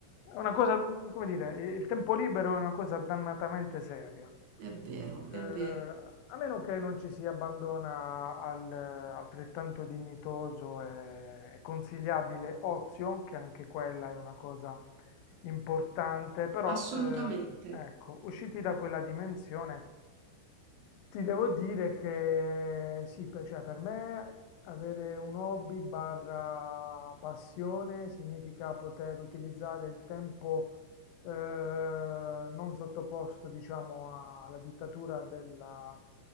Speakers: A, on the left (about 85°); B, on the right (about 75°).
A: è una cosa, mm, come dire, il tempo libero è una cosa dannatamente seria.
B: È vero,
A: Eh,
B: è vero,
A: a meno che non ci si abbandona al eh, altrettanto dignitoso e consigliabile ozio, che anche quella è una cosa importante, però
B: assolutamente.
A: eh, ecco, usciti da quella dimensione ti devo dire che sì, per, cioè, per me avere un hobby barra passione significa poter utilizzare il tempo eh, non sottoposto, diciamo, a- alla dittatura della,